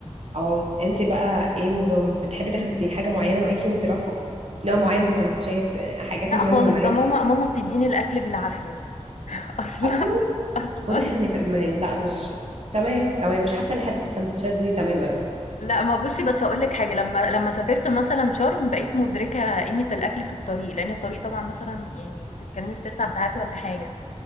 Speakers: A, on the right; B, on the left.
A: اه انت بقى ايه النظام بتحبي تاخدي زي حاجه معينه معاكي وانت رايحه نوع معين من السندوتشات آه، حاجات
B: لا
A: مهمه
B: خالص
A: معاكي
B: ده ماما ماما بتديني الاكل بالعافية <laughs> اصلا
A: اصلا
B: اصلا
A: واضح انك ما... لا مش تمام تمام مش حاسه ان حته السندوتشات دي تمام قوي
B: لأ، ما بُصّي، بس هاقول لِك حاجة، لمّا لمّا سافرت مثلًا شرم، بقيت مُدركة قيمة الأكل في الطريق، لأن الطريق طبعًا مثلًا يعني بتتكلمي في 9 ساعات والّا حاجة،